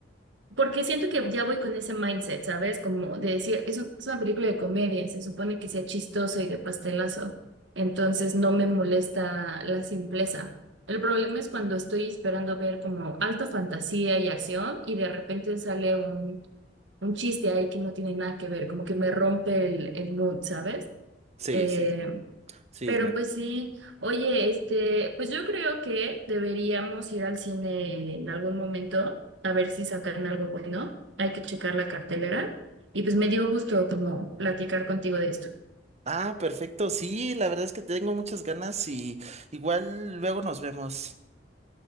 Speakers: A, on the right (about 75°); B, on the right (about 35°).
A: Porque siento que ya voy con ese mindset, ¿sabes? Como de decir, es, un- es una película de comedia, se supone que sea chistosa y de pastelazo, entonces no me molesta la simpleza. El problema es cuando estoy esperando ver como alta fantasía y acción y de repente sale un, un chiste ahí que no tiene nada que ver, como que me rompe el, el mood, ¿sabes?
B: Sí,
A: Eh,
B: sí, sí,
A: pero
B: me...
A: pues sí, oye, este, pues yo creo que deberíamos ir al cine en algún momento a ver si sacan algo bueno. Hay que checar la cartelera. Y pues me dio gusto como platicar contigo de esto.
B: Ah, perfecto, sí, la verdad es que tengo muchas ganas y igual luego nos vemos.